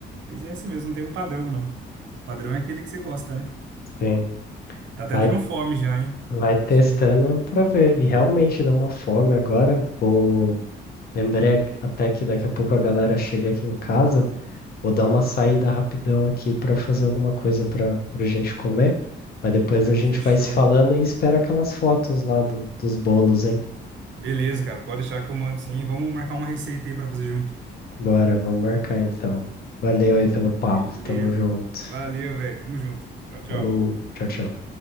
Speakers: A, on the right; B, on the left.
A: Mas é assim mesmo, não tem um padrão, não. O padrão é aquele que você gosta, né?
B: Sim.
A: Tá até
B: Vai,
A: dando fome já, hein?
B: vai
A: Esse
B: testando
A: assunto.
B: para ver. E realmente dá uma fome agora. Vou... Lembrei até que daqui a pouco a galera chega aqui em casa. Vou dar
A: Uhum.
B: uma saída rapidão aqui para fazer alguma coisa para a gente comer. Mas depois
A: Não,
B: a gente
A: fechou.
B: vai se falando e espero aquelas fotos lá do, dos bolos, hein?
A: Beleza, cara, pode deixar que eu mando sim. Vamos marcar uma receita aí pra fazer junto.
B: Bora, vamos marcar então. Valeu aí pelo papo.
A: Beleza.
B: Tamo junto.
A: Valeu, velho. Tamo junto. Tchau, tchau.
B: Falou, tchau, tchau.